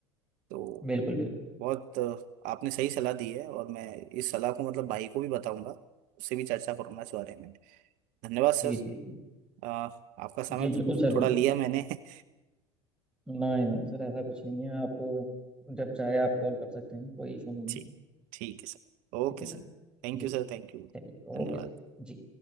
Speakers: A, on the right; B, in the centre.
A: तो
B: बिल्कुल बिल्कुल
A: बहुत अ, आपने सही सलाह दी है और मैं इस सलाह को मतलब भाई को भी बताऊंगा उससे भी चर्चा करूंगा इस बारे में धन्यवाद सर
B: जी जी जी
A: अ, आपका समय
B: जी बिल्कुल सर
A: थोड़ा
B: बिल्कुल
A: लिया मैंने <laughs>
B: नहीं नहीं सर ऐसा कुछ नहीं है आप जब चाहे आप कॉल कर सकते हैं कोई इशू नहीं
A: ठीक
B: है
A: ठीक है sir okay
B: ठीक है सर
A: sir Thank
B: जी
A: you sir thank you
B: चलिए ओके
A: धन्यवाद
B: सर जी